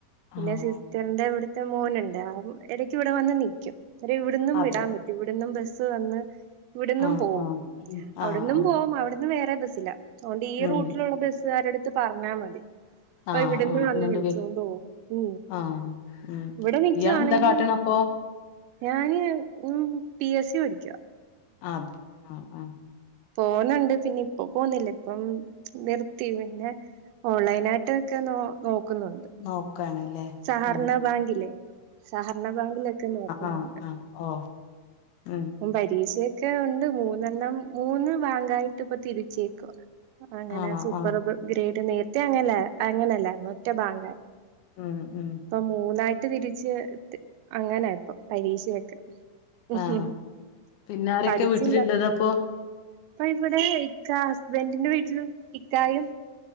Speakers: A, on the right; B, on the left.
A: പിന്നെ
B: ആഹ്
A: സിസ്റ്ററിന്റെ ഇവിടുത്തെ മോനുണ്ട് ആ ഇടയ്ക്ക് ഇവിടെ വന്ന് നിൽക്കും അവരെ ഇവിടന്നും
B: അതെ
A: വിടാൻ പറ്റും ഇവിടന്നും ബസ്സ് വന്ന് ഇവിടന്നും
B: ആഹ്
A: പോവും
B: ആഹ്
A: അവിടന്നും
B: ആഹ് ആഹ്
A: പോവും അവിടന്നും വേറെ ബസ്സില്ല അവുണ്ട് ഈ
B: ഉം
A: റൂട്ടിലുള്ള ബസ്സുകാര എടുത്ത് പറഞ്ഞാ മതി അപ്പൊ
B: ആഹ്
A: ഇവിടെന്ന്
B: ആഹ്
A: വന്ന്
B: ഇങ്ങണ്ട്
A: വിളിച്ചൊണ്ട്
B: വെ
A: പോകവും ഉ
B: ആഹ് ഉം
A: ഇവിടെ നിക്കുവാണെങ്കിൽ
B: ഇയാളെന്താ കാട്ടണ അപ്പൊ
A: ഞാന് ഉ പി എസ് സി പഠിക
B: ആത് ആ ആ
A: പോന്നുണ്ട് പിന്നെ ഇപ്പൊ പോന്നില്ല ഇപ്പം നിർത്തിന് ന്നെ ഓൺലൈന ആയിട്ട്ക്കെ നോ നോക്കുന്നുണ്ട്
B: നോക്കണല്ലേ
A: സഹകരണ
B: ആ
A: ബാങ്കിലെ സഹകരണ ബാങ്കിലൊക്കെ നോക്കുന്നുണ്ട്
B: ആഹ് ആഹ് ഓ ഉം
A: വിദേശയൊക്കെ ഉണ്ട് മൂന്നെണ്ണം മൂന്ന് ബാങ്കായിട്ട് ഇപ്പ തിരിച്ചേ ക്കെ അങ്ങനെ
B: ആണോ
A: സൂപ്പർ
B: ആഹ്
A: ഗ്രേഡ് നേരത്തെ അങ്ങന അങ്ങനെയല്ലായിരുന്നു ഒറ്റ ബാങ്ക
B: ഉം ഉം
A: ഇപ്പ മൂന്നായിട്ട് തിരിച്ച് അങ്ങനെപ്പ പരീക്ഷയൊക്കെ
B: ആഹ്
A: ഹ് ഹ്
B: പിന്നെ ആരൊക്കെ
A: പഠിച്ചില്ല
B: വീട്ടിലുള്ളത് അപ്പൊ
A: ഇപ്പൊ ഇവിടെ ഇക്ക ഹസ്ബൻറിന്റെ വീട്ടിലും ഇക്കായും